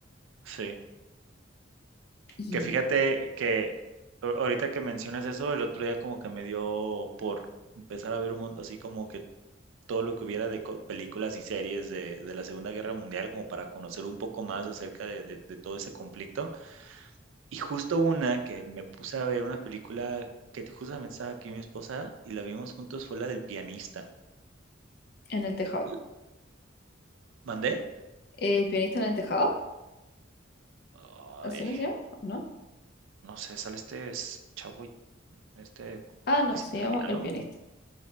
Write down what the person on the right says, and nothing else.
sí.
Que fíjate que a- ahorita que mencionas eso, el otro día como que me dio por empezar a ver un montón, así como que todo lo que hubiera de co- películas y series de, de la Segunda Guerra Mundial, como para conocer un poco más acerca de, de- de todo ese conflicto. Y justo una que me puse a ver, una película que justamente estaba aquí mi esposa y la vimos juntos, fue la del pianista.
L- ¿Mandé?
Ay.
no sé, sale este s- chavo, i- este, co-
creo
que es
italiano,